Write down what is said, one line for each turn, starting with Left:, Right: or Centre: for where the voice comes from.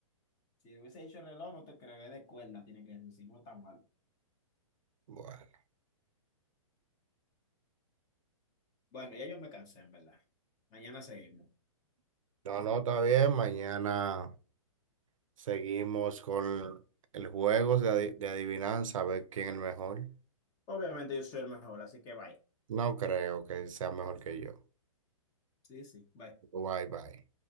Left: Si hubiese dicho reloj, no te creo, es de cuerda, tiene que decir, no tan mal.
Right: Bueno,
Left: Bueno, ya yo me cansé, en verdad. Mañana seguimos.
Right: no, no, está bien. Mañana seguimos con el juego de, adi- de adivinanza, a ver quién es el mejor.
Left: Obviamente yo soy el mejor, así que bye.
Right: No creo que sea mejor que yo.
Left: Sí, sí, bye.
Right: Bye, bye.